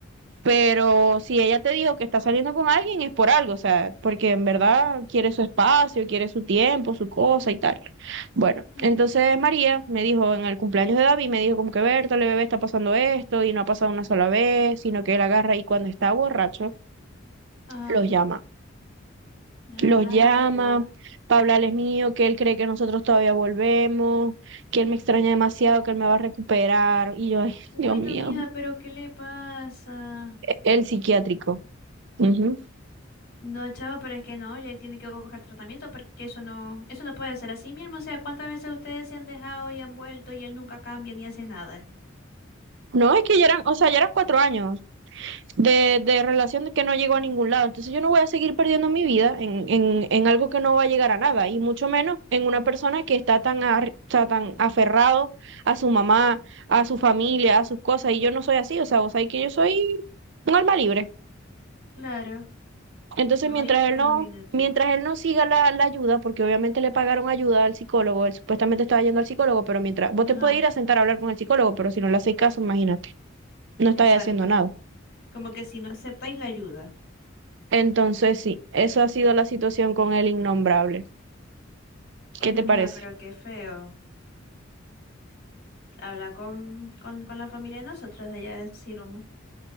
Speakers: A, on the right; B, on the left.
A: Pero si ella te dijo que está saliendo con alguien es por algo, o sea, porque en verdad quiere su espacio, quiere su tiempo, su cosa y tal. Bueno,
B: Ujú.
A: entonces María me dijo en el cumpleaños de David, me dijo como que Bertale, bebé, está pasando esto y no ha pasado una sola vez, sino que él agarra y cuando está borracho
B: Ajá.
A: los llama. Los
B: A la
A: llama
B: jaiba.
A: para hablarles mío, que él cree que nosotros todavía volvemos, que él me extraña demasiado, que él me va a recuperar. Y yo, ay,
B: Uy,
A: Dios mío,
B: no, mija, pero ¿qué le pasa?
A: el psiquiátrico. Ujú.
B: No, chava, pero es que no, ya él tiene que buscar tratamiento porque eso no, eso no puede ser así, mi hermano. O sea, ¿cuántas veces ustedes se han dejado y han vuelto y él nunca cambia ni hace nada?
A: No, es que ya eran, o sea, ya eran cuatro años, de, de relación de que no llegó a ningún lado. Entonces yo no voy a seguir perdiendo mi vida en, en, en algo que no va a llegar a nada, y mucho menos en una persona que está tan, ar- está tan aferrado a su mamá, a su familia, a sus cosas, y yo no soy así, o sea, vos sabés que yo soy un alma libre.
B: Claro,
A: Entonces
B: no,
A: mientras
B: y es
A: él
B: que
A: no...
B: imagínate.
A: Mientras él no siga la, la ayuda, porque obviamente le pagaron ayuda al psicólogo, él supuestamente estaba yendo al psicólogo, pero mientras vos
B: Ajá,
A: te puedes ir a sentar a hablar con el psicólogo, pero si no le hacéis caso, imagínate, no estáis
B: exacto.
A: haciendo nada.
B: Como que si no aceptáis la ayuda.
A: Entonces, sí, eso ha sido la situación con el innombrable.
B: Oye,
A: ¿Qué te
B: no,
A: parece?
B: mija, pero qué feo. Habla con, con, con la familia de nosotros de allá de Siroma.